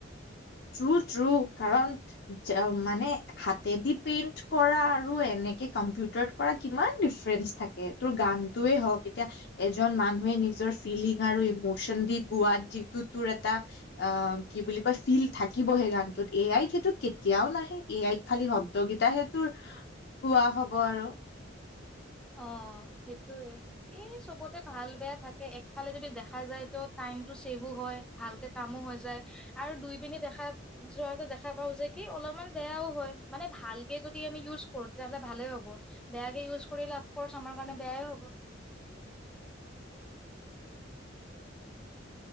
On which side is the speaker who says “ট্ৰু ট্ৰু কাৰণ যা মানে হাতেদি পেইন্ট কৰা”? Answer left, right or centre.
Left